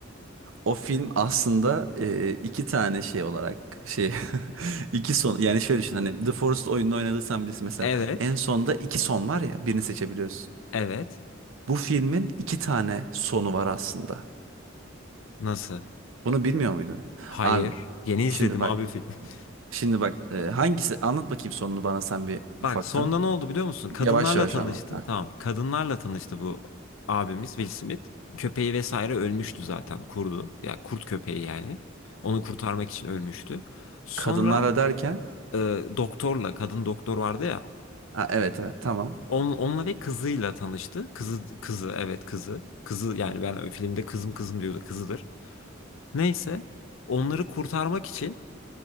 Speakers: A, on the right (about 80°); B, on the left (about 80°).
A: O film aslında e, iki tane şey olarak şey <laughs> iki son yani şöyle düşün hani The Forest oyununu oynadıysan bilirsin mesela
B: Evet.
A: en sonda iki son var ya birini seçebiliyorsun.
B: Evet.
A: Bu filmin iki tane sonu var aslında.
B: Nasıl?
A: Bunu bilmiyor muydu?
B: Hayır.
A: Abi
B: Yeni izledim
A: şimdi bak.
B: abi filmi. <laughs>
A: Şimdi bak e, hangisi anlat bakayım sonunu bana sen bir
B: Bak
A: ufaktan.
B: sonunda ne oldu biliyor musun? Kadınlarla
A: Yavaş yavaş
B: tanıştı.
A: anlat. Ha.
B: Tamam. Kadınlarla tanıştı bu abimiz Will Smith. Köpeği vesaire ölmüştü zaten. Kurdu. Ya kurt köpeği yani. Onu kurtarmak için ölmüştü. Sonra
A: Kadınlara derken
B: e, doktorla kadın doktor vardı ya.
A: ha, evet evet tamam.
B: Onun, onunla ve kızıyla tanıştı. Kızı kızı evet kızı. Kızı yani ben filmde kızım kızım diyordu kızıdır. Neyse onları kurtarmak için